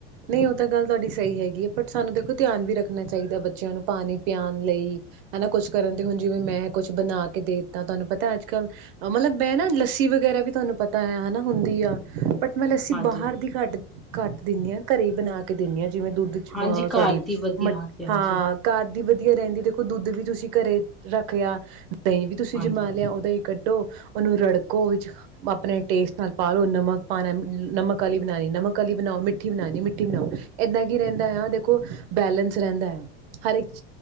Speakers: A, on the right (about 55°); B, in the centre.
A: ਨਹੀਂ ਉਹ ਤਾਂ ਗੱਲ ਤੁਹਾਡੀ ਸਹੀ ਹੈਗੀ ਹੈ ਬਟ ਸਾਨੂੰ ਦੇਖੋ ਧਿਆਨ ਵੀ ਰੱਖਣਾ ਚਾਹੀਦਾ ਬੱਚਿਆਂ ਨੂੰ ਪਾਣੀ ਪਿਆਉਣ ਲਈ ਹਨਾ ਕੁਛ ਕਰਨ ਤੇ ਹੁਣ ਜਿਵੇਂ ਮੈਂ ਕੁਛ ਬਣਾ ਕੇ ਦੇ ਦਿੱਤਾ ਤੁਹਾਨੂੰ ਪਤਾ ਅੱਜ ਕੱਲ ਮਤਲਬ ਮੈਂ ਨਾ ਲੱਸੀ ਵਗੈਰਾ ਵੀ ਤੁਹਾਨੂੰ ਪਤਾ ਹੈ ਹਨਾ ਹੁੰਦੀ ਆ ਬਟ ਮੈਂ ਲੱਸੀ
B: ਹਾਂਜੀ
A: ਬਾਹਰ ਦੀ ਘੱਟ ਕੱਟ ਦਿੰਦੀ ਹਾਂ ਘਰੇ ਹੀ ਬਣਾ ਕੇ ਦਿੰਦੇਾਂ ਜਿਵੇਂ ਦੁੱਧ ਚ ਅ
B: ਹਾਂਜੀ ਘਰ
A: ਸੋਰੀ
B: ਦੀ ਵਧੀਆ
A: ਮ
B: ਹਾਂਜੀ ਹਾਂਜੀ
A: ਹਾਂ ਘਰ ਦੀ ਰਹਿੰਦੀ ਦੇਖੋ ਦੁੱਧ ਵੀ ਤੁਸੀਂ ਘਰੇ ਰੱਖਿਆ ਦਹੀਂ ਵੀ ਤੁਸੀਂ
B: ਹਾਂਜੀ
A: ਜਮਾ ਲਿਆ ਉਹਦਾ ਹੀ ਕੱਢੋ ਉਹਨੂੰ ਰੜਕੋ ਵਿੱਚ ਆਪਣੇ ਟੇਸਟ ਨਾਲ ਪਾਾਲੋ ਨਮਕ ਪਾਣਾ ਨਮਕ ਵਾਲੀ ਬਣਾਉਣੀ ਨਮਕ ਕਲੀ ਬਣਾਓ ਮਿੱਠੀ ਬਣਾਣੀ ਮਿੱਠੀ ਬਣਾਓ ਇਏਦਾਂ ਕੀ ਰਹਿੰਦਾ ਆ ਦੇਖੋ ਬੈਲਂਸ ਰਹਿੰਦਾ ਆ ਹਰ ਇੱਕ